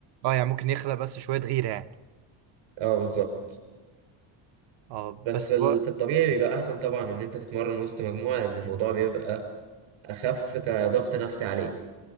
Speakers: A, on the right; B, on the right.
A: اه يعني ممكن يخلق بس شوية غيرة يعني
B: اه بالظبط
A: اه
B: بس
A: بس
B: في
A: هو
B: ال- في الطبيعي بيبقى احسن طبعا ان انت تتمرن وسط مجموعه لان الموضوع بيبقى اخف كضغط نفسي عليه